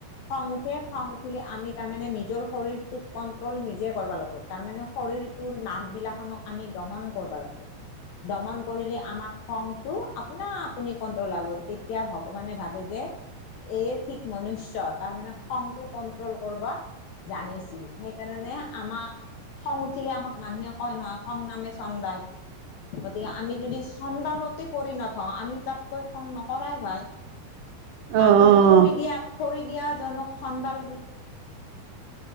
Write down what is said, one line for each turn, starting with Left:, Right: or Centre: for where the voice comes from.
Left: খং উঠে খং উঠিলে আমি তাৰমানে নিজৰ শৰীৰটোক কণ্ট্ৰল নিজে কৰিব লাগিব তাৰমানে শৰীৰটোৰ নাৰ্ভবিলাকখনক আমি দমন কৰিব লাগবো।
Right: উম <inaudible>
Left: দমন কৰিলে আমাৰ খঙটো আপোনা আপুনি কন্ট্ৰল হব। তেতিয়া ভগৱানে ভাবে যে, এয়ে ঠিক মনুষ্য তাৰ মানে খংটো কন্ট্ৰোল কৰিব জানিছিল। সেইকাৰণে আমাক খং উঠিলে আমাক মানুহে কয় নহয়, খং নামে চন্দাল। গতিকে আমি যদি চংডালতে পৰি নথওঁ আমি তাতকৈ খঙ নকৰাই ভাল।
Right: অঁ অঁ অঁ অঁ
Left: মানুহে
Right: অঁ অঁ
Left: খৰি দিয়া খৰি দিয়া জনক চণ্ডাল বুলি